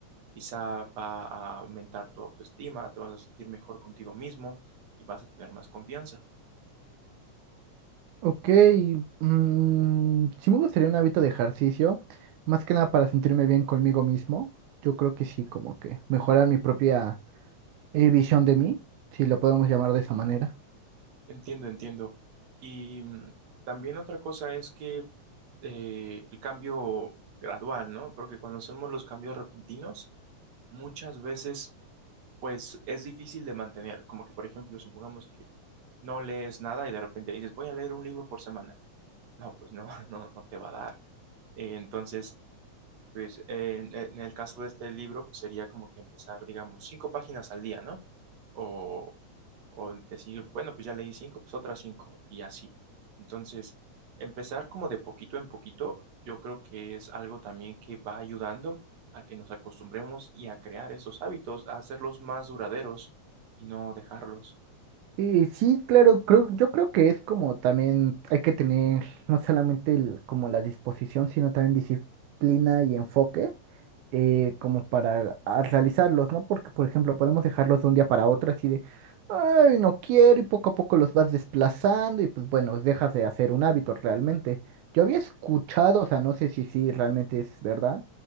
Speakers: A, on the right; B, on the right.
A: Quizá va a aumentar tu autoestima, te vas a sentir mejor contigo mismo y vas a tener más confianza.
B: Ok, mm, sí me gustaría un hábito de ejercicio, más que nada para sentirme bien conmigo mismo. Yo creo que sí, como que mejorar mi propia eh, visión de mí, si lo podemos llamar de esa manera.
A: Entiendo, entiendo. Y mm, también otra cosa es que eh, el cambio gradual, ¿no? Porque cuando hacemos los cambios repentinos, muchas veces, pues es difícil de mantener. Como que, por ejemplo, supongamos que no lees nada y de repente dices, voy a leer un libro por semana. No, pues no, <laughs> no, no te va a dar. Eh, entonces, Pues eh, en, en el caso de este libro, pues sería como que empezar, digamos, cinco páginas al día, ¿no? O, o decir, bueno, pues ya leí cinco, pues otras cinco, y así. Entonces, empezar como de poquito en poquito, yo creo que es algo también que va ayudando a que nos acostumbremos y a crear esos hábitos, a hacerlos más duraderos y no dejarlos.
B: Y sí, claro, creo, yo creo que es como también hay que tener no solamente el- como la disposición, sino también disciplina y enfoque eh, como para a- realizarlos, ¿no? Porque, por ejemplo, podemos dejarlos de un día para otro así de, ay, no quiero y poco a poco los vas desplazando y pues bueno, dejas de hacer un hábito realmente. Yo había escuchado, o sea, no sé si sí realmente es verdad,